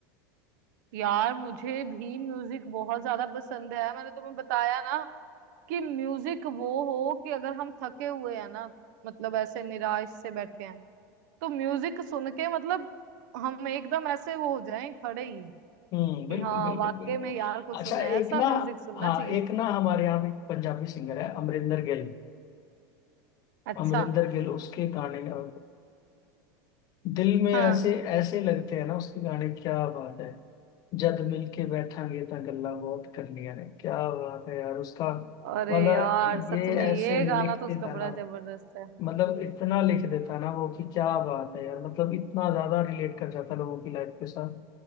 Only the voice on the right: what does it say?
यार मुझे भी म्यूजिक बहुत ज्यादा पसंद है मैंने तुम्हें बताया ना कि म्यूजिक वो हो कि अगर हम थके हुए हैं ना मतलब ऐसे निराश से बैठे हैं तो म्यूजिक सुन के मतलब हम एकदम ऐसे वो हो जाएं खड़े ही
कि हाँ
वाकई
में यार कुछ
सुना
है ऐसा
म्यूजिक सुनना
चाहिए
अच्छा
हाँ
अरे
यार सच
में
ये गाना
तो
उसका
बड़ा जबरदस्त है